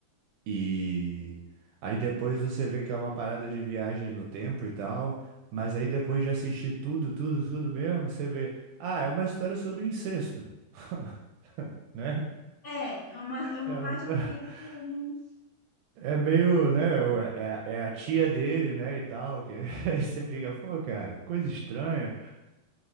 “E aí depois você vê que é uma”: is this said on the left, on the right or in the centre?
Right